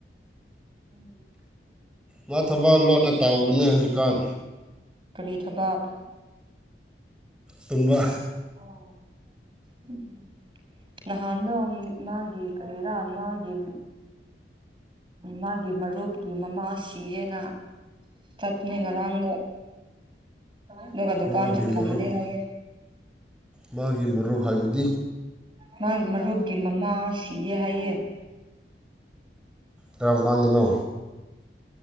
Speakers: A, on the right; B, in the centre.
A: ꯎꯝ
B: ꯃꯥ ꯊꯕꯛ ꯂꯣꯠꯅ ꯇꯥꯎꯕꯅꯦ ꯍꯧꯖꯤꯛꯀꯥꯟ
A: ꯀꯔꯤ ꯊꯕꯛ
B: ꯇꯨꯝꯕꯥ
A: ꯑꯣ ꯎꯝ ꯅꯍꯥꯟꯗꯣ ꯃꯥꯒꯤ ꯀꯔꯤꯔꯥ ꯃꯥꯒꯤ ꯃꯥꯒꯤ ꯃꯔꯨꯞꯀꯤ ꯃꯃꯥꯁꯤ ꯍꯥꯏꯅ ꯆꯠꯅꯦ ꯉꯔꯥꯡꯗꯣ ꯑꯗꯨꯒ ꯗꯨꯀꯥꯟꯁꯨ
B: ꯃꯥꯒꯤ
A: ꯐꯪꯗꯦ
B: ꯃꯔꯨꯞ
A: ꯍꯥꯏꯌꯦꯦ
B: ꯃꯥꯒꯤ ꯃꯔꯨꯞ ꯍꯥꯏꯕꯗꯤ
A: ꯃꯥ ꯃꯔꯨꯞꯀꯤ ꯃꯃꯥ ꯁꯤꯌꯦ ꯍꯥꯏꯌꯦ
B: ꯀꯔꯝ ꯀꯟꯗꯥꯅꯣ